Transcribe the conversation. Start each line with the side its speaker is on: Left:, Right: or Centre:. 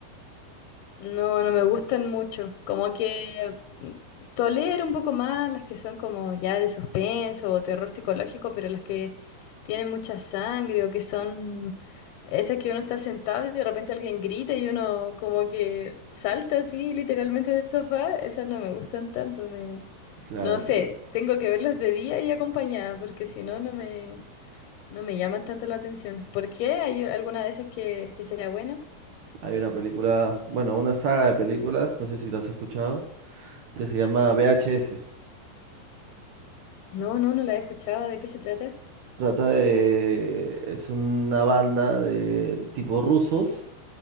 Left: No, no me gustan mucho. Como que mm, tolero un poco más las que son como ya de suspenso o terror psicológico, pero las que tienen mucha sangre o que son esas que uno está sentado y de repente alguien grita y uno como que salta así literalmente del sofá, esas no me gustan tanto. Me...
Right: Claro,
Left: No sé,
Right: claro.
Left: tengo que verlas de día y acompañada porque si no, no me, no me llaman tanto la atención. ¿Por qué? ¿Hay alguna de esas que, que sea buena?
Right: Hay una película, bueno, una saga de películas, no sé si las has escuchado, que se llama VHS.
Left: No, no, no la he escuchado. ¿De qué se trata?
Right: Trata de... Es una banda de tipo rusos